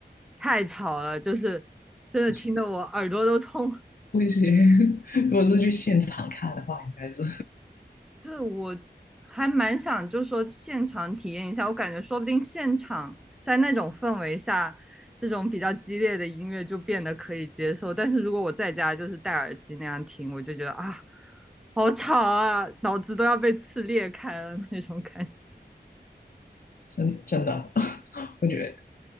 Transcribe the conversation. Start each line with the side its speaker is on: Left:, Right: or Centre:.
Centre: 太吵了，就是真的听得我耳朵都痛。
Left: 行不行，<laughs> 如果是去现场看的话，应该是
Centre: 对，我还蛮想，就说现场体验一下。我感觉说不定现场在那种氛围下，这种比较激烈的音乐就变得可以接受。但是如果我在家就是戴耳机那样听，我就觉得啊，好吵啊，脑子都要被刺裂开了那种感觉。
Left: 真真的，<laughs> 我觉得